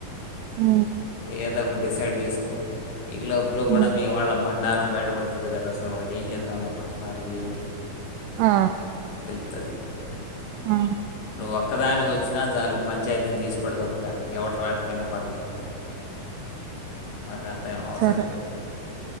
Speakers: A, on the right; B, on the left.
A: ఊ
B: ఏదో ఒకటి డిసైడ్ చేసుకో ఇ లోపల
A: హ్మ్.
B: కూడా మీ వాళ్ళ బండారం బయటపడుతుంది కదా అసలు వాళ్ళు ఏం చేద్దాం అనుకుంటున్నారు ఏంటి
A: ఆ
B: ద
A: ఆ!
B: నువ్వు ఒక్కదాని ఓచ్చినా జాలు పంచాయతీని తీసి పడదొబ్బుత ఎవడు రాకపోయినా పర్లేదు మాకంత ఏ అవసరం
A: సరే.
B: లేదు